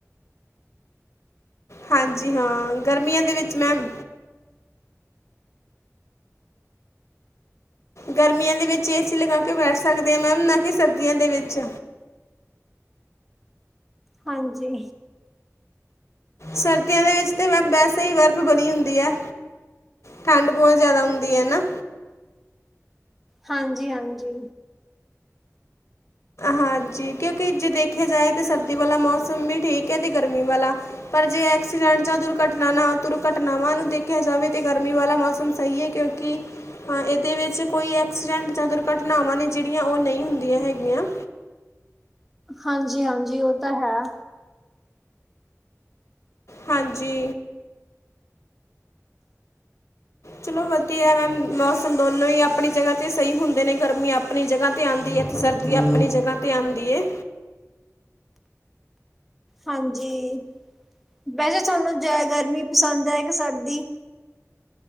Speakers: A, on the left; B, in the centre.
A: ਹਾਂਜੀ ਹਾਂ ਗਰਮੀਆਂ ਦੇ ਵਿੱਚ ਮੈਮ ਗਰਮੀਆਂ ਦੇ ਵਿੱਚ ਏਸੀ ਲਗਾ ਕੇ ਬੈਠ ਸਕਦੇ ਹਾਂ ਮੈਮ ਨਾ ਕਿ ਸਰਦੀਆਂ ਦੇ ਵਿੱਚ।
B: ਹਾਂਜੀ।
A: ਸਰਦੀਆਂ ਦੇ ਵਿੱਚ ਤੇ ਮੈਮ ਵੈਸੇ ਹੀ ਬਰਫ਼ ਬਣੀ ਹੁੰਦੀ ਹੈ। ਠੰਡ ਬਹੁਤ ਜ਼ਿਆਦਾ ਹੁੰਦੀ ਹੈ ਨਾ।
B: ਹਾਂਜੀ ਹਾਂਜੀ।
A: ਹਾਂਜੀ ਕਿਉਂਕਿ ਜੇ ਦੇਖਿਆ ਜਾਏ ਤਾਂ ਸਰਦੀ ਵਾਲਾ ਮੌਸਮ ਵੀ ਠੀਕ ਹੈ ਤੇ ਗਰਮੀ ਵਾਲਾ। ਪਰ ਜੇ ਐਕਸੀਡੈਂਟ ਜਾਂ ਦੁਰਘਟਨਾ ਦੁਰਘਟਨਾਵਾਂ ਨੂੰ ਦੇਖਿਆ ਜਾਵੇ ਤੇ ਗਰਮੀ ਵਾਲਾ ਮੌਸਮ ਸਹੀ ਹੈ ਕਿਉਂ ਕਿ ਹਾਂ ਇਹਦੇ ਵਿੱਚ ਕੋਈ ਐਕਸੀਡੈਂਟ ਜਾਂ ਦੁਰਘਟਨਾਵਾਂ ਨੇ ਜਿਹੜੀਆਂ ਉਹ ਨਹੀਂ ਹੁੰਦੀਆਂ ਹੈਗੀਆਂ।
B: ਹਾਂਜੀ ਹਾਂਜੀ ਉਹ ਤਾਂ ਹੈ।
A: ਹਾਂਜੀ। ਚਲੋ ਵਧੀਆ ਮੈਮ ਮੌਸਮ ਦੋਨੋ ਹੀ ਆਪਣੀ ਜਗ੍ਹਾ ਤੇ ਸਹੀ ਹੁੰਦੇ ਨੇ ਗਰਮੀ ਆਪਣੀ ਜਗ੍ਹਾ। ਤੇ ਆਉਂਦੀ ਹੈ ਤੇ ਸਰਦੀ ਆਪਣੀ ਜਗ੍ਹਾ ਤੇ ਆਉਂਦੀ ਏ
B: ਹਾਂਜੀ ਵੈਸੇ ਸਾਨੂੰ ਜਿਆਦਾ ਗਰਮੀ ਪਸੰਦ ਹੈ ਕੇ ਸਰਦੀ